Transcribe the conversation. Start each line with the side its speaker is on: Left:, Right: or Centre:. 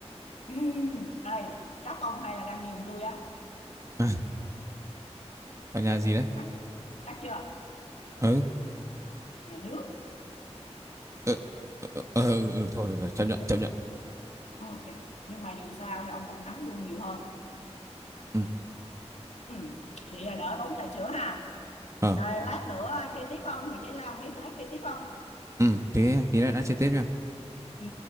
Left: <laughs> đây chắc ông hay là đang nhường tôi á
Right: À, tòa nhà gì đấy?
Left: chắc chắc chưa
Right: Ừ,
Left: nhà nước
Right: ừ, ừ, ừ, ừ, ừ, ừ, thôi được rồi, chấp nhận,
Left: đúng
Right: chấp nhận.
Left: ok nhưng mà dù sao thì ông vẫn thắng tôi nhiều hơn
Right: Ừ,
Left: Ừ. Vậy là đỡ tốn trà sữa ha.
Right: ờ,
Left: Rồi lát nữa chơi tiếp không? Người giấy lao miếng lát chơi tiếp không?
Right: ừ, thế tí nữa đã chơi tiếp nha.
Left: Ừ.